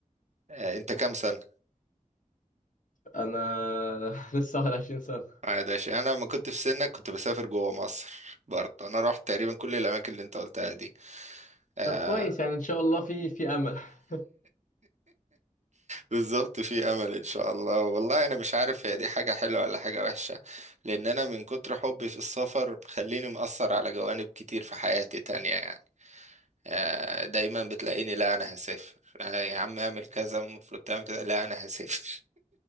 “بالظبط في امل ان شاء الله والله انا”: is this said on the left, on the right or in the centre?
Right